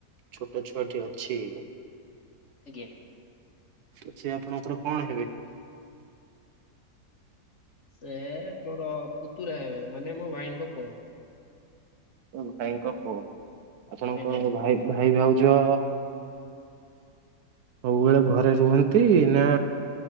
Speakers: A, on the right; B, on the left.
A: ଛୋଟ ଛୁଆଟି ଅଛି।
B: ଆଜ୍ଞା
A: ତ ସେ ଆପଣଙ୍କର କଣ ହେବେ?
B: ସେ ମୋର ପୁତୁରା ହେବେ ମାନେ ମୋ ଭାଇଙ୍କ ପୁଅ।
A: ଭାଇଙ୍କ ପୁଅ ଆପଣଙ୍କ
B: ଆଜ୍ଞା।
A: ଭାଇ ଭାଇ ଭାଉଜ। ସବୁବେଳେ ଘରେ ରୁହନ୍ତି ନା